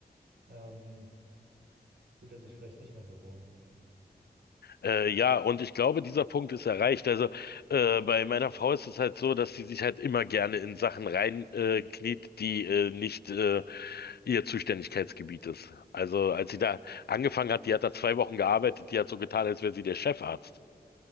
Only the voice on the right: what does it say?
ähm, fühlt er sich vielleicht nicht mehr so wohl.